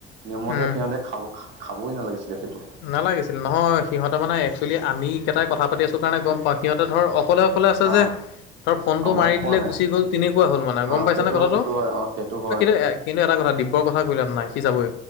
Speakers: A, on the right; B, on the left.
A: নিয়মমতে
B: উম।
A: সিহতে খাব খাবই নালাগিছিলে সেটো
B: নালাগিছিল। নহয়, সিহঁতে মানে একচোৱেলি আমি কেইটাই কথা পাতি আছোঁ কাৰণে গম পাওঁ সিহঁতে ধৰ অকলে অকলে আছে
A: হা
B: যে। তৰ ফোনটো
A: গম
B: মাৰি
A: পোৱা
B: দিলে
A: নাই
B: গুচি গ'ল তেনেকুৱা হল মানে
A: অ
B: গম পাইছা
A: সেইটো
B: নে কথাটো।
A: হয় সেইটো হয় অ সেইটো হয়
B: কিন্তু এ কিন্তু এটা কথা, দিব্যৰ কথা কৈ লাভ নাই। সি যাবই